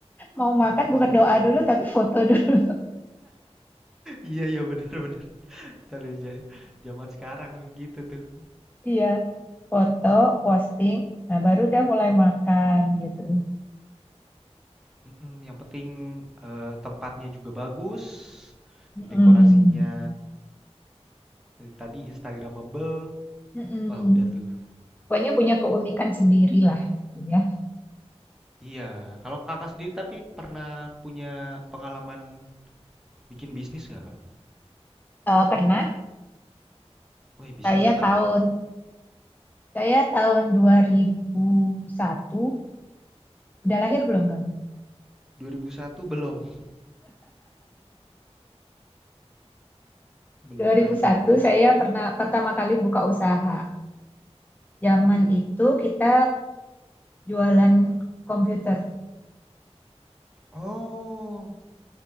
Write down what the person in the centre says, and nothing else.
yang penting
bisa difoto.
<laughs>
Iya iya benar benar. Tadi aja zaman sekarang gitu tuh.
Mm-mm, yang penting eh, tempatnya juga bagus,
dekorasinya Tadi Instagramable,
wah udah tuh.
Iya, kalau kakak sendiri tapi pernah punya pengalaman bikin bisnis nggak kak?
Weh, bisnis
apa
tuh?
2001 belum, belum
lahir
aku.
Oh,